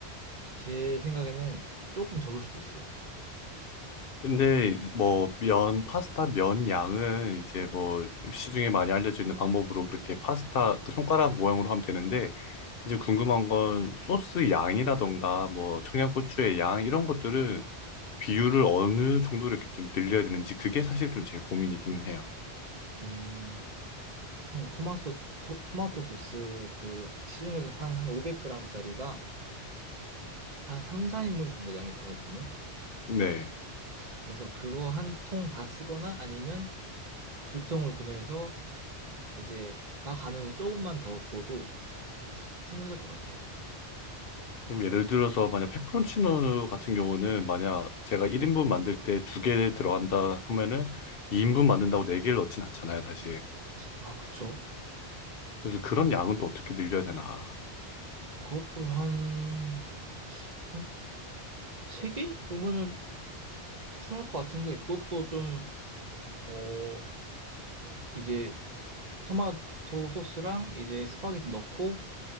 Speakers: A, on the right; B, on the left.
A: 제 생각에는 조금 적을 수도 있어요.
B: 근데 뭐 면, 파스타 면 양은 이제 뭐 시중에 많이 알려져 있는 방법으로 그렇게 파스타 그 손가락 모양으로 하면 되는데 이제 궁금한 건 소스 양이라던가 뭐 청양고추의 양 이런 것들은 비율을 어느 정도로 이렇게 좀 늘려야 되는지 그게 사실 좀 제 고민이기는 해요.
A: 음, 토마토 토, 마토 소스 그 시중에서 파는 한 500g짜리가 한 3, 4인분 정도 양이 되거든요.
B: 네.
A: 그래서 그거 한 통 다 쓰거나 아니면 두 통을 구매해서 이제 막 가면서 조금만 더 부어도 충분할 것 같아요.
B: 그럼 예를 들어서 만약 페퍼론치노 같은 경우는 만약 제가 1인분 만들 때 두 개 들어간다 하면은 2인분 만든다고 네 개를 넣진 않잖아요, 사실.
A: 아, 그쵸?
B: 그래서 그런 양은 또 어떻게 늘려야 되나.
A: 그것도 한, 한 세 개 정도면 충분할 것 같은데 그것도 좀, 어, 이제 토마토 소스랑 이제 스파게티 넣고